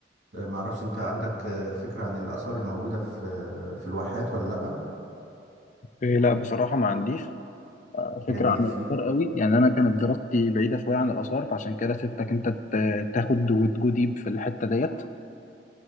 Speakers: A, on the right (about 75°); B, on the left (about 45°).
A: آه، معرفش أنت عندك آه، فكرة عن الآثار الموجودة في في الواحات ولا لأ
B: إيه، لا بصراحه ما عنديش فكرة
A: يعني
B: عن
A: في
B: الآثار قوي يعني أنا كانت دراستي بعيدة شوية عن الآثار فعشان كده سبتك أنت ت- تاخد وتجو ديب في الحتة ديت